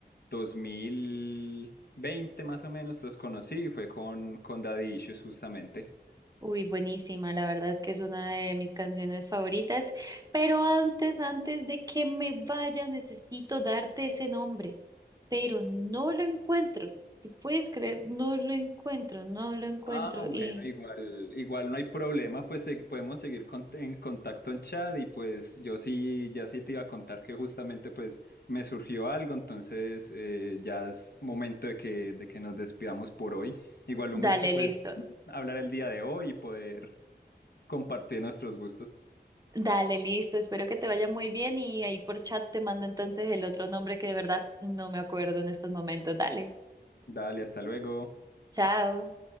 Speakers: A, on the left; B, on the right.
A: 2020 más o menos, los conocí y fue con, con Daddy Issues justamente.
B: Uy, buenísima. La verdad es que es una de mis canciones favoritas. Pero antes, antes de que me vaya, necesito darte ese nombre. Pero no lo encuentro. ¿Tú puedes creer? No lo encuentro, no lo encuentro.
A: Ah, bueno,
B: y
A: igual, igual no hay problema, pues se- podemos seguir con- en contacto en chat y pues yo sí, ya sí te iba a contar que justamente pues me surgió algo, entonces eh, ya es momento de que, de que nos despidamos por hoy. Igual
B: Dale,
A: un gusto pues
B: listo.
A: <clears throat> hablar el día de hoy y poder compartir nuestros gustos.
B: Dale, listo. Espero que te vaya muy bien y ahí por chat te mando entonces el otro nombre que de verdad no me acuerdo en estos momentos. Dale.
A: Dale, hasta luego.
B: Chao.